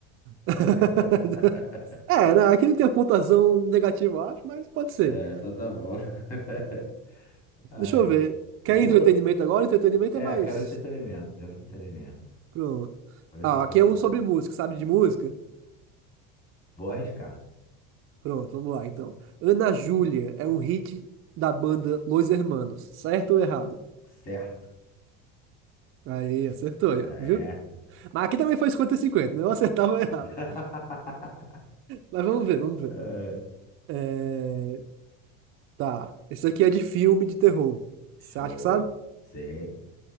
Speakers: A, on the right; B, on the left.
A: <laughs>
B: <laughs>
A: É, né? Aqui não tem a pontuação negativa, eu acho, mas pode ser.
B: É, então tá bom. <laughs> Ai.
A: Deixa eu ver. Quer
B: Vê
A: entretenimento
B: o...
A: agora? Entretenimento
B: É,
A: é mais.
B: quero entretenimento, quero entretenimento.
A: Pronto.
B: Vou ver
A: Ah,
B: se eu consigo.
A: aqui é um sobre música, sabe de música?
B: Vou arriscar.
A: Pronto, vamos lá então. Ana Júlia é um hit da banda Los Hermanos, certo ou errado?
B: Certo.
A: Aí, acertou
B: É.
A: aí, ó, viu? Mas aqui também foi 50-50, né? Eu acertava ou errava.
B: <laughs>
A: Mas vamos ver, vamos ver.
B: É.
A: É, Tá, esse aqui é de filme de terror.
B: Show.
A: Você acha que sabe?
B: Sei.